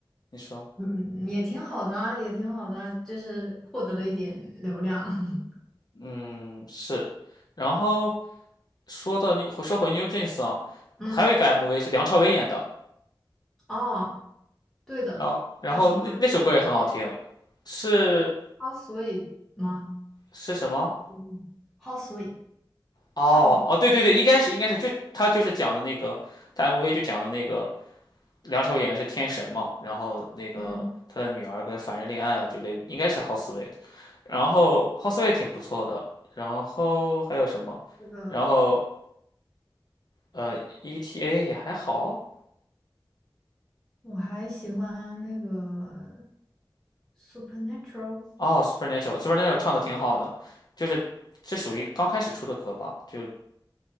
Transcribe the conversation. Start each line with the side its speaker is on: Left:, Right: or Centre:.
Left: 你说
Centre: 嗯也挺好的啊，也挺好的啊，就是获得了一点流量。<laughs>
Left: 嗯是，然后。说到你说回 New Jeans 啊，
Centre: 嗯，
Left: 还有一个 MV 是梁朝伟演的，
Centre: 哦，对的，
Left: 然后然后那那首歌也很好听，
Centre: 他请到了梁朝伟
Left: 是
Centre: ，How sweet 吗？
Left: 是什么？
Centre: 是 How sweet，How sweet
Left: 哦哦，
Centre: 是 How sweet，
Left: 对对对，应该是应该是就他就是讲的那个，他 MV 就讲的那个梁朝伟演的是天神嘛，然后那个他的女儿跟凡人恋爱了，
Centre: 嗯，
Left: 就类应该是 h o u s e w e e t 然后 Houseway 挺不错的，然后还有什么？
Centre: 这个。
Left: 然后呃 ETA 也还好，
Centre: 我还喜欢那个 Supernatural，
Left: 哦，Supernatural，Supernatural 唱的挺好的，就是这属于刚开始出的歌吧，就